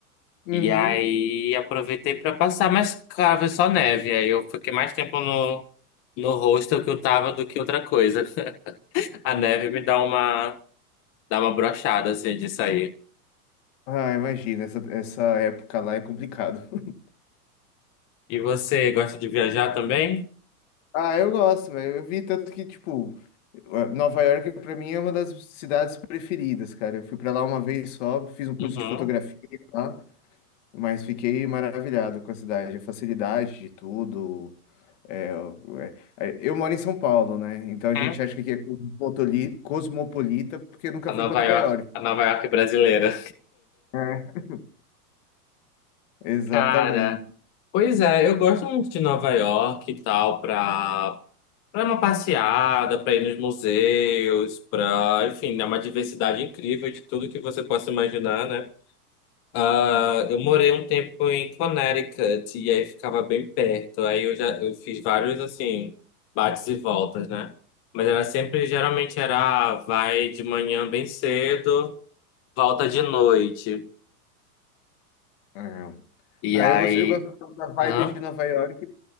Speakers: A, on the left; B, on the left.
A: Uhum.
B: E aí aproveitei pra passar, mas claro, foi só neve. Aí eu fiquei mais tempo no, no hostel que eu tava do que outra coisa. <laughs> A neve me dá uma, dá uma brochada assim de sair.
A: Ah, imagina, essa, essa época lá é complicado. <laughs>
B: E você gosta de viajar também?
A: Ah, eu gosto, velho. Eu vi tanto que, tipo, Nova York pra mim é uma das cidades preferidas, cara. Eu fui pra lá uma vez só, fiz um curso
B: Uhum.
A: de fotografia lá, mas fiquei maravilhado com a cidade, a facilidade de tudo. É, é, é, eu moro em São Paulo, né? Então a gente
B: Hum.
A: acha que aqui é cosmotoli- cosmopolita porque nunca
B: A
A: foi
B: Nova
A: para Nova
B: York,
A: York.
B: a Nova York brasileira.
A: É, exatamente.
B: <laughs> Cara. Pois é, eu gosto muito de Nova York e tal, pra, pra uma passeada, pra ir nos museus, pra, enfim, é uma diversidade incrível de tudo que você possa imaginar, né? Ah, eu morei um tempo em Connecticut e aí ficava bem perto. Aí eu já eu fiz vários assim bates e voltas, né? Mas era sempre, geralmente era vai de manhã bem cedo, volta de noite.
A: É.
B: E
A: Ah,
B: aí,
A: eu gosto, eu gosto da vibe
B: aham.
A: de Nova York